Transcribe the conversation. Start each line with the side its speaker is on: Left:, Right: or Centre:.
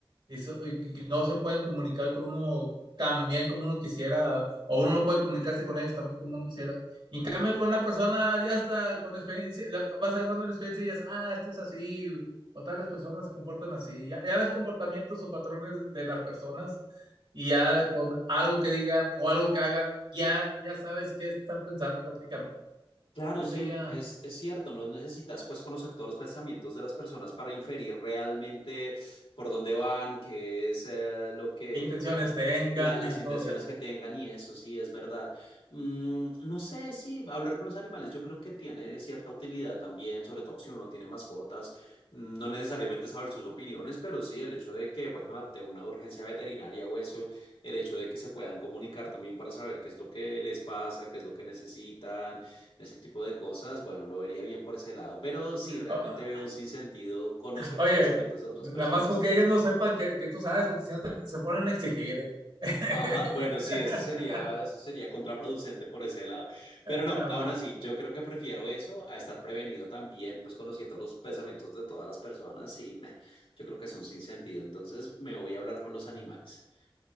Right: Y, so, y no se pueden comunicar con uno tan bien como uno quisiera, o uno no puede comunicarse con ellos también como uno quisiera. Y en cambio, con una persona ya está con experiencia, vas agarrando la experiencia y ya, ah, esto es así, o tales personas se comportan así. Ya, ya ves comportamientos o patrones de las personas y ya con algo que digan o algo que hagan, ya, ya sabes qué están pensando prácticamente.
Left: Claro,
Right: Yo
Left: sí,
Right: me diría,
Left: es, es cierto, no necesitas pues conocer todos los pensamientos de las personas para inferir realmente por dónde van, qué es eh, lo que,
Right: qué intenciones
Left: bueno,
Right: tengan
Left: la- las
Right: y
Left: intenciones
Right: todo eso.
Left: que tengan y eso sí es verdad. Mm, no sé, sí, hablar con los animales yo creo que tiene cierta utilidad también, sobre todo si uno tiene mascotas, Mm, no necesariamente saber sus opiniones, pero sí el hecho de que, bueno, ante una urgencia veterinaria o eso, el hecho de que se puedan comunicar también para saber qué es lo que les pasa, qué es lo que necesitan ese tipo de cosas, bueno, lo vería bien por ese lado, pero sí, realmente
Right: Ah,
Left: veo un sinsentido conocer
Right: Oye,
Left: los pensamientos de otras
Right: nada
Left: personas.
Right: más con que ellos no sepan que, que tú sabes, porque si no te- se ponen a exigir. ¿eh? <laughs>
Left: Ajá, bueno, sí, eso sería, eso sería contraproducente por ese lado. Pero no,
Right: Nada
Left: aún
Right: más.
Left: así, yo creo que prefiero eso a estar prevenido también, pues conociendo los pensamientos de todas las personas y meh, yo creo que es un sinsentido. Entonces me voy a hablar con los animales.